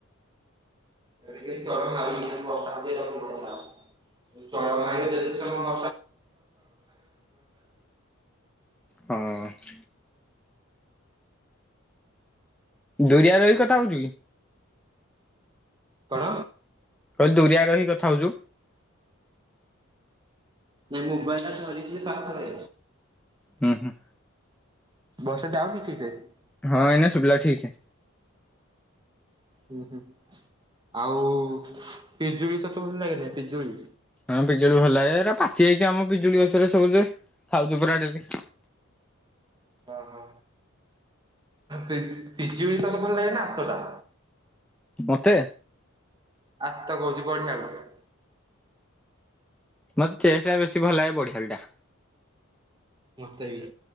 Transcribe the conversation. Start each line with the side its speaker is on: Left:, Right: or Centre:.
Right: <unintelligible> ବର୍ଷା <unintelligible> ଚଡ଼କ ମାରିଲେ ଯେତେ ସବୁ <unintelligible>
Centre: ହଁ। ଦୁରିଆ ରେ ରହି କଥା ହଉଛୁ କି?
Right: କଣ?
Centre: କହିଲି ଦୁରିଆରେ ରହି କଥା ହଉଛୁ।
Right: ମୁବାଇଲିଟା ଧରିକି ପାଖରେ।
Centre: ହୁଁ ହୁଁ।
Right: ବସ୍ <unintelligible>
Centre: ହଁ ଏଇନା ଶୁଭିଲା ଠିକ୍ ସେ।
Right: ହୁଁ ହୁଁ ଆଉ ପିଜୁଳି ତତେ ଭଲ ଲାଗେନି ପିଜୁଳି?
Centre: ହଁ ପିଜୁଳି ଭଲ ଲାଗେ ଏରା ପାଚି ଯାଇଛି ଆମ ପିଜୁଳି ଗଛରେ ସବୁ ଯେ ଖାଉଛୁ ପୁରା ଡେଲି।
Right: ଅ ହୋ। ପିଜ୍ ପିଜୁଳି ତତେ ଭଲ ଲାଗେ ନା ଆତଟା‌?
Centre: ମତେ
Right: ଆତ କହୁଛି ବଢ଼ିଆ <unintelligible>
Centre: ମତେ ଟେଷ୍ଟ୍ ଟା ବେଶୀ ଭଲ ଲାଗେ <unintelligible> ଟା।
Right: ମତେ ବି